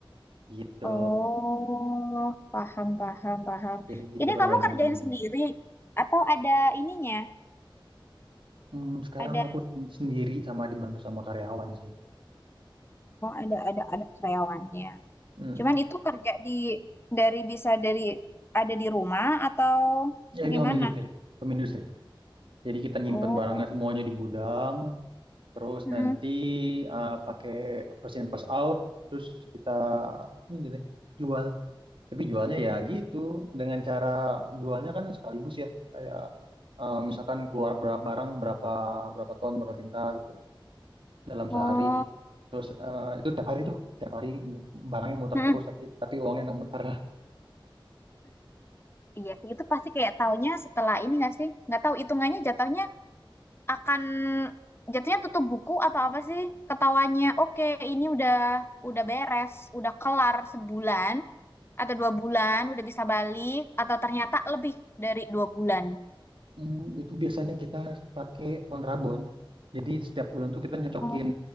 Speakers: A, on the right (about 70°); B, on the left (about 25°).
A: Gitu.
B: Oh, paham, paham, paham.
A: Jadi gitu
B: Ini
A: perbandingannya.
B: kamu kerjain sendiri atau ada ininya?
A: Hmm, sekarang
B: Ada
A: aku sen- sendiri sama dibantu sama karyawan sih.
B: oh, ada ada ada karyawannya.
A: Hmm.
B: Cuman itu kerja di dari bisa dari ada di rumah atau
A: Ya ini
B: gimana?
A: home industry, home industry. Jadi kita nyimpen
B: Oh,
A: barangnya semuanya di gudang, terus
B: mm-mm.
A: nanti eh, pakai first in first out, terus kita ini deh jual. Tapi jualnya ya gitu, dengan cara jualnya kan sekaligus ya, kayak eh, misalkan keluar ber- barang berapa berapa ton, berapa kintal gitu dalam sehari.
B: Oh,
A: Terus eh, itu tiap hari tuh, tiap hari barangnya muter
B: mm-mm.
A: terus, tapi tapi uangnya nggak muter.
B: Iya sih, itu pasti kayak taunya setelah ini nggak sih? Nggak tahu hitungannya jatuhnya akan jatuhnya tutup buku atau apa sih ketawanya oke ini udah udah beres udah kelar sebulan atau dua bulan udah bisa balik atau ternyata lebih dari dua bulan
A: Hmm, itu biasanya kita pakai kontrabon. Jadi setiap bulan tuh kita nyocokin
B: Oh,